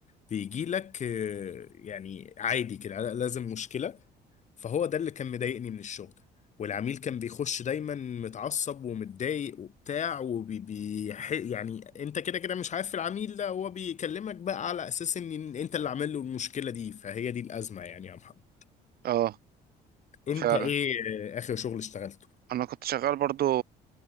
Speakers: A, on the left; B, on the right.
A: بيجي لك آه، يعني عادي كده لا- لازم مشكلة فهو ده اللي كان مضايقني من الشغل والعميل كان بيخش دايما متعصب ومتضايق وبتاع وبي بي- ح- يعني انت كده كده مش عارف العميل ده هو بيكلمك بقى على اساس ان انت اللي عامل له المشكلة دي فهي دي الأزمة يعني يا محمد
B: اه
A: انت
B: فعلا
A: ايه آه، آخر شغل اشتغلته
B: انا كنت شغال برضو